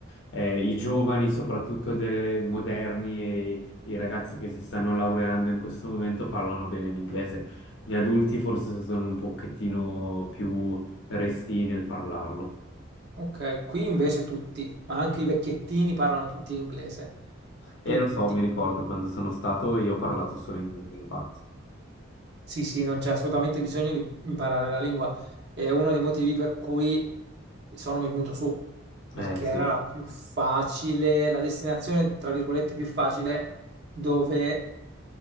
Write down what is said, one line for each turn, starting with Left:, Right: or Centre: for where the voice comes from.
Left: Eh, i giovani, soprattutto dei moderni e i ragazzi che si stanno laureando in questo momento parlano bene l'inglese. Gli adulti forse sono un pochettino più restii nel parlarlo.
Right: ok, qui invece tutti, ma anche i vecchiettini parlano tutti inglese.
Left: E
Right: Tutti.
Left: lo so, mi ricordo quando sono stato io ho parlato solo inglese, infatti.
Right: Sì, sì, non c'è assolutamente bisogno di imparare la lingua. È uno dei motivi per cui sono venuto su, perché
Left: Eh sì.
Right: era la più facile, la destinazione, tra virgolette, più facile dove